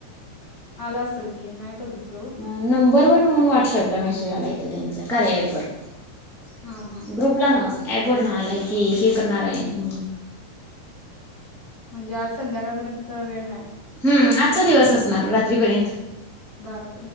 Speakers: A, on the left; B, in the centre.
A: अला असलकीे नाय बघित
B: ह नंबरवरर ण व्हॉटसअपला मेसेज आला येतो त्यांच्या खरय पूर्ण
A: हां, हां.
B: ग्रुप ला नावा पर्ण आलाय की हे करणार आहे म्हणून
A: म्हणजे आज संध्याकाळपर्यंत वेळ आहे
B: हम् आजचा दिवस असणार रात्रीपर्यंत
A: बारा